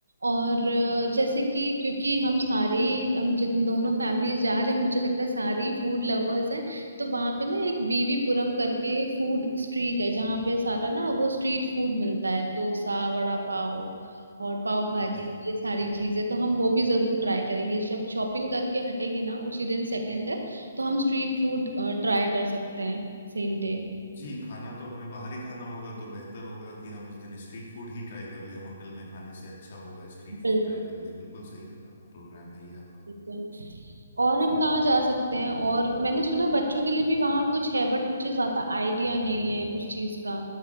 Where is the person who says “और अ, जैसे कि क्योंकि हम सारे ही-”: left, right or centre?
Right